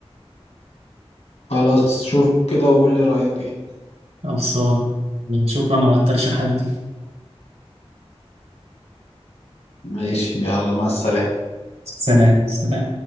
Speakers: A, on the left; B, on the right.
A: خلاص شوف كده وقول لي رأيك إيه
B: خلصانة شكرا على الترشيحات دي
A: ماشي يلا مع السلامة
B: سلام سلام